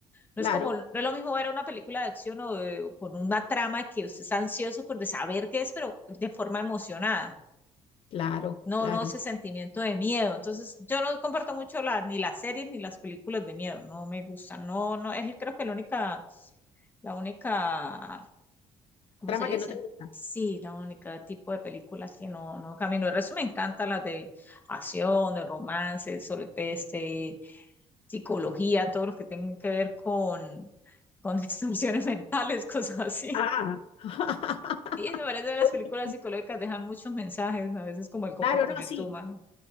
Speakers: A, on the left (about 15°); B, on the left (about 55°).
A: No
B: Claro,
A: es como, no es lo mismo ver una película de acción o de- o con una trama que usted está ansioso por de saber qué es, pero de forma emocionada.
B: claro,
A: No,
B: claro.
A: no ese sentimiento de miedo. Entonces, yo no comparto mucho la, ni las series ni las películas de miedo. No me gustan. No, no, es creo que la única La única, ¿cómo
B: Trama
A: se dice?
B: que no te gusta.
A: Sí, la única tipo de películas que no, no camino. El resto me encanta las de acción, de romance, sobre, este, psicología, todo lo que tenga que ver con, con <laughs> distorsiones mentales, cosas así.
B: Ah. <laughs>
A: Sí, me parece que las películas
B: Oye,
A: psicológicas dejan muchos mensajes, a veces como el comportamiento
B: claro, no, sí.
A: humano.